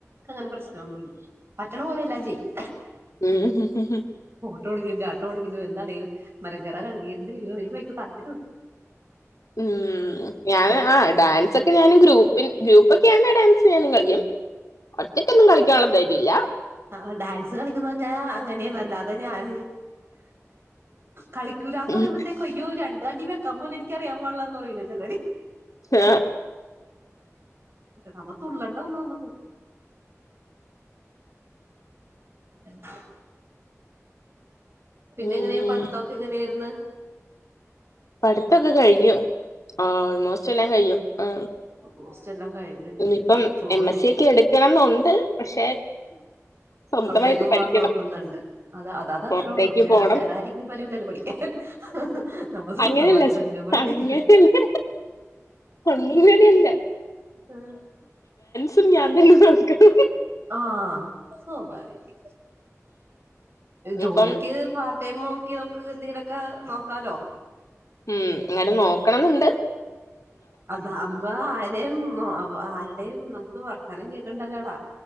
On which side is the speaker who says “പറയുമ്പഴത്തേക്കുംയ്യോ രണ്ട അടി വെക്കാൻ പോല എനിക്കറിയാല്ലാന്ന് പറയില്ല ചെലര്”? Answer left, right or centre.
Right